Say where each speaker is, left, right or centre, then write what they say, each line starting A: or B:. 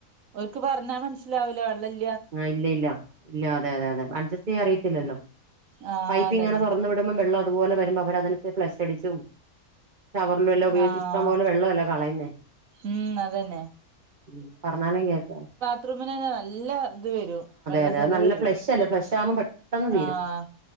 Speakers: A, on the right; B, on the right.
A: ഓൽക്ക് പറഞ്ഞാൽ മനസ്സിലാവില്ല. വെള്ള ഇ
B: ആ. ഇല്ല ഇല്ല ഇല്ല. അതെ.. അതെ അതെ, അഡ്ജസ്റ്റ് ചെയ്യാൻ അറിയത്തില്ലല്ലോ
A: ആഹ്
B: പൈപ്പ്
A: അതന്നെ
B: ഇങ്ങനെ തുറന്നു വിടുമ്പോ വെള്ളം അതുപോലെ വരുമ്പോ അവര് അതിന് അനുസരിച് ഫ്ലഷ് അടിച്ചും. ഷവറിലെല്ലൊം ഉപയോഗിച്ച്
A: ആഹ്
B: ഇഷ്ടം പോലെ വെള്ളം അല്ലെ കളയുന്നേ
A: ഉം അതന്നെ
B: ഉം പറഞ്ഞാലും കേക്ക
A: ബാത്ത്റൂമിൻ തന്നെ നല്ല ഇത് വരും വെള്ള
B: അതെ
A: ചെലവ്
B: അത് നല്ല
A: വരും
B: ഫ്ലഷ് അല്ലേ ഫ്ലഷ് ആവുമ്പോ പെട്ടെന്ന് തീരും
A: ആഹ്